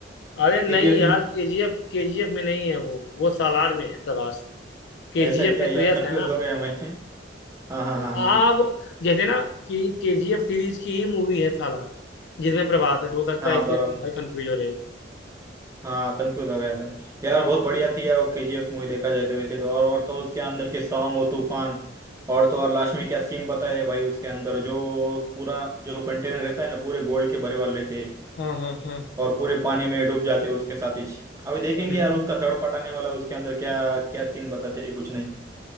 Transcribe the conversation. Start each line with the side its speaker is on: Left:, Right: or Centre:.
Left: अरे नहीं
Right: केजीएफ
Left: यार
Right: में
Left: केजीएफ केजीएफ में नहीं है वो वो सालार में है प्रभास केजीएफ
Right: ऐसा है क्या
Left: में
Right: यार
Left: तो यस
Right: कंफ्यूज
Left: है ना
Right: हो गया मैं हाँ हाँ हाँ
Left: हाँ
Right: हाँ हाँ
Left: वो जैसे ना कि केजीएफ सीरीज की ही मूवी है सालार जिसमें प्रभास है तो हो सकता
Right: हाँ
Left: है इसलिए
Right: बराबर
Left: तुम भाई कंफ्यूज हो रहे हो
Right: हाँ कंफ्यूज हो गया था यार बहुत बढ़िया थी यार वो केजीएफ मूवी देखा जाए तो वैसे तो और और तो उसके अंदर के सॉन्ग वो तूफान और तो और लास्ट में क्या सीन बताया है भाई उसके अंदर जो पूरा जो कंटेनर रहता है ना पूरे गोल्ड के भरे वाले लेते हैं
Left: हाँ हाँ हाँ
Right: और पूरे पानी में डूब जाते उसके साथ ही अभी देखेंगे
Left: हम्म
Right: यार उसका थर्ड पार्ट आने वाला उसके अंदर क्या क्या सीन बताते हैं कुछ नहीं